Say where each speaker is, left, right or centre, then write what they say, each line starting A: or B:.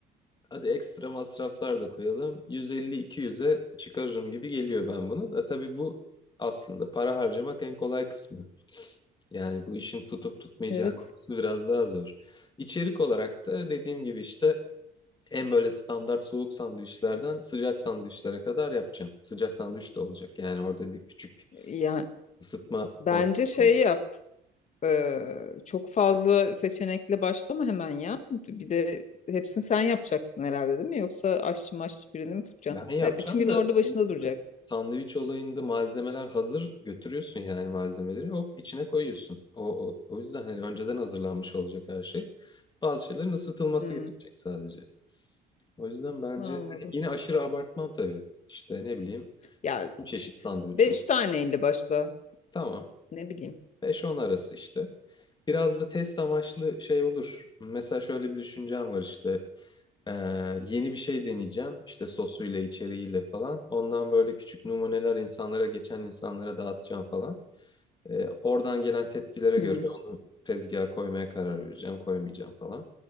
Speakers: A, on the left; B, on the left.
A: Hadi ekstra masraflar da koyalım. 150-200'e çıkarırım gibi geliyor ben bunu. Da tabii bu aslında para harcamak en kolay kısmı. Yani bu işin tutup tutmayacağı
B: Evet.
A: <laughs> konusu biraz daha zor. İçerik olarak da dediğim gibi işte en böyle standart soğuk sandviçlerden sıcak sandviçlere kadar yapacağım. Sıcak sandviç de olacak. Yani orada bir küçük
B: Yani
A: ısıtma
B: bence
A: ortamı
B: şey yap. e, çok fazla seçenekle başlama hemen ya. Bir de hepsini sen yapacaksın herhalde değil mi? Yoksa aşçı maşçı birini mi tutacaksın?
A: Ben yapacağım
B: Ve bütün gün
A: da
B: orada başında
A: sonuçta
B: duracaksın.
A: sandviç olayında malzemeler hazır götürüyorsun yani malzemeleri hop içine koyuyorsun. O, o, o yüzden hani önceden hazırlanmış olacak her şey. Bazı şeylerin ısıtılması
B: Hmm,
A: gerekecek sadece. O yüzden bence
B: anladım.
A: yine aşırı abartmam tabii. İşte ne bileyim
B: Ya
A: bir çeşit
B: işte
A: sandviç
B: beş
A: olur.
B: taneyle başla.
A: Tamam
B: Ne bileyim.
A: beş on arası işte. Biraz da test amaçlı şey olur. Mesela şöyle bir düşüncem var işte. Ee, yeni bir şey deneyeceğim. İşte sosuyla, içeriğiyle falan. Ondan böyle küçük numuneler insanlara, geçen insanlara dağıtacağım falan. Ee, oradan gelen tepkilere
B: Hmm.
A: göre onu tezgaha koymaya karar vereceğim, koymayacağım falan.